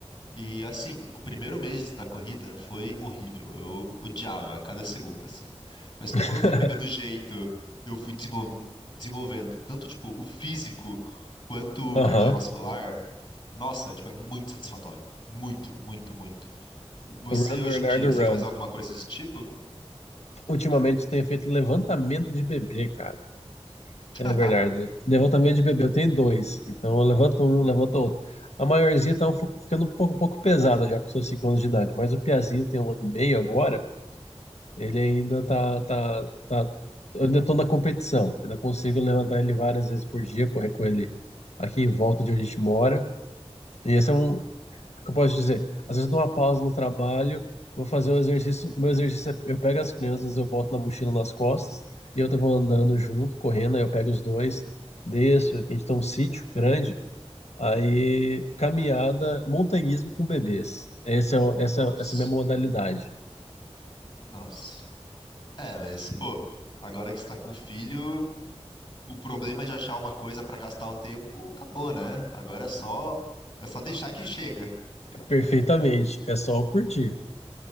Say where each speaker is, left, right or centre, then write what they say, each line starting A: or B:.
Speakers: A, on the left (about 40°); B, on the left (about 80°).
A: E assim, o primeiro mês da corrida foi horrível. Eu odiava cada segundo, assim. Mas
B: <laughs>
A: conforme eu fui pegando o jeito, eu fui desenvol- desenvolvendo tanto, tipo, o físico quanto
B: Aham.
A: o cardiovascular. Nossa, tipo, é muito satisfatório. Muito, muito, muito. Você,
B: O Run,
A: hoje
B: Bernardo,
A: em dia,
B: Run.
A: você faz alguma coisa desse tipo?
B: Ultimamente eu tenho feito levantamento de bebê, cara.
A: <laughs>
B: É, Bernardo. Levantamento de bebê, eu tenho dois. Então eu levanto um, levanto outro. A maiorzinha tá um fo- ficando um pouco, um pouco pesada já com seus 5 anos de idade, mas o Piazinho tem um ano e meio agora. Ele ainda tá, tá, tá, eu ainda tô na competição. Ainda consigo levantar ele várias vezes por dia, correr com ele aqui em volta de onde a gente mora. E esse é um, o que eu posso dizer, às vezes eu dou uma pausa no trabalho, vou fazer o exercício, meu exercício é, eu pego as crianças, eu boto na mochila nas costas e eu vou andando junto, correndo, aí eu pego os dois, desço, aqui a gente tem um sítio grande, aí caminhada, montanhismo com bebês. Esse é, o- essa,
A: Nossa,
B: é- essa é a minha modalidade.
A: nossa. É, mas, pô, agora que você tá com filho, o problema de achar uma coisa pra gastar o tempo acabou, né? Agora é só, é só deixar que chega.
B: Perfeitamente, é só curtir.